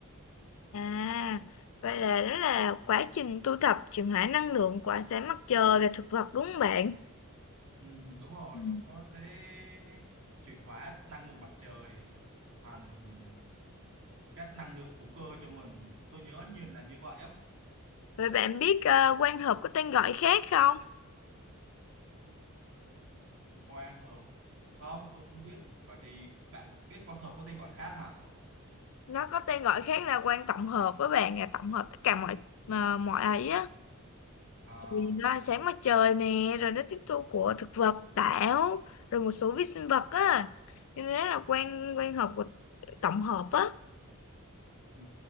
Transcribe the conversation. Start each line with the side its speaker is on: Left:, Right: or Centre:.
Left: à vậy là nó là quá trình tu tập chuyển hóa năng lượng của ánh sáng mặt trời và thực vật đúng không bạn
Right: ừ, đúng rồi
Left: Ừ.
Right: nó sẽ chuyển hóa năng lượng mặt trời thành các năng lượng hữu cơ cho mình tôi nhớ như là như vậy á
Left: vậy bạn biết ờ, quan hợp có tên gọi khác không
Right: quang hợp không tôi không biết vậy thì bạn biết quang hợp có tên gọi khác hả
Left: nó có tên gọi khác là quang tổng hợp với bạn là tổng hợp tất cả mọi ờ, mọi ấy á
Right: à,
Left: vì nó ánh sáng mặt trời nè rồi nó tiếp thu của thực vật tảo rồi một số vi sinh vật á cho nên là quan quan hợp của tổng hợp á
Right: ừ.